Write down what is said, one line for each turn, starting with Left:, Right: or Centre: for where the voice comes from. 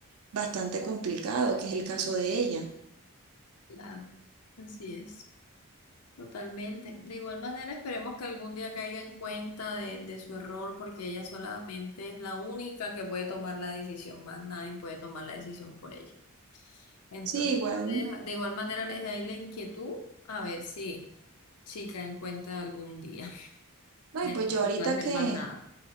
Right: bastante complicado, que es el caso de ella.
Left: claro. Así es, totalmente. De igual manera, esperemos que algún día caiga en cuenta de, de su error, porque ella solamente es la única que puede tomar la decisión, más nadie puede tomar la decisión por ella. Entonces,
Right: Sí, igual.
Left: yo le deja- de igual manera les dejo ahí la inquietud a ver si, si caen en cuenta algún día. <laughs>
Right: Ay,
Left: Ya
Right: pues
Left: no
Right: yo
Left: se
Right: ahorita
Left: puede hacer
Right: que,
Left: más nada.